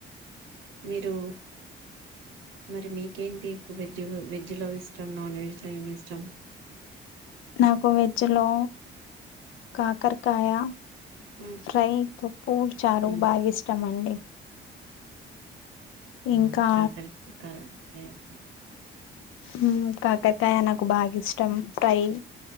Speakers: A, on the right; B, on the left.
A: మీరు మరి మీకేంటి వెజ్ వెజ్ లో ఇష్టం నాన్ వెజ్లో ఏమిష్టం
B: నాకు వెజ్ లో కాకరకాయ
A: మ్మ్.
B: ఫ్రై పప్పు చారు
A: మ్మ్.
B: బాగా ఇష్టమండి
A: మ్మ్
B: ఇంకా
A: కాకరకాయ <unintelligible>
B: మ్మ్ కాకర్ కాయ నాకు బాగిష్టం ఫ్రై